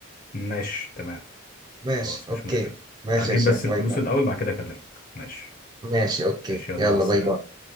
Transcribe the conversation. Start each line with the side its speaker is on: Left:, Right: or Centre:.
Left: ماشي تمام
Right: ماشي
Left: خلاص
Right: اوكي
Left: مش مشكلة
Right: ماشي
Left: تعجيب
Right: يا هشام
Left: بس
Right: باي
Left: الفلوس
Right: باي
Left: الاول بعد كده اكلمك ماشي
Right: ماشي اوكي
Left: ماشي يلا
Right: يلا
Left: مع السلامة
Right: باي باي